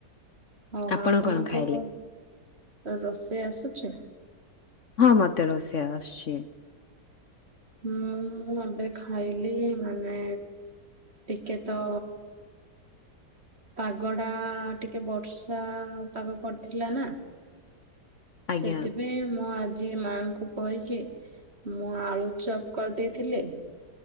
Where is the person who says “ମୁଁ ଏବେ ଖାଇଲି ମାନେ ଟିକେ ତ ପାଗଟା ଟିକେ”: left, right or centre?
Right